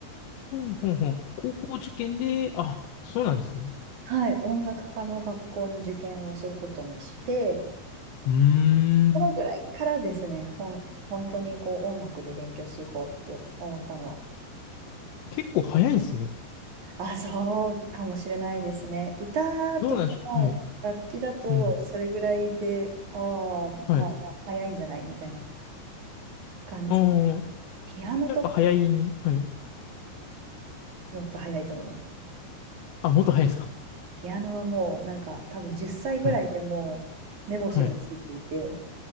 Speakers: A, on the left (about 85°); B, on the right (about 45°).
A: うん、うん、うん。高校受験で、あ、そうなんですね。
B: はい、音楽科の学校に受験をすることにして、
A: うー
B: そのぐらいからですね、
A: ん。
B: ほん、本当にこう音楽で勉強していこうって思ったのは、
A: 結構早いんですね。
B: あ、そうかもしれないですね。歌とか
A: どうなんでしょうかはい。
B: 楽器だと、
A: うん。
B: それぐらいで、ああ、
A: はい。
B: まあまあ、早いんじゃないみたいな。感じ
A: ああ、
B: ピアノとか
A: やっぱ早い目。はい。
B: もっと早いと思います。
A: あ、もっと早いですか
B: ピアノはもうなんか多分10歳ぐらいでもう目星がついていて、
A: はい。はい。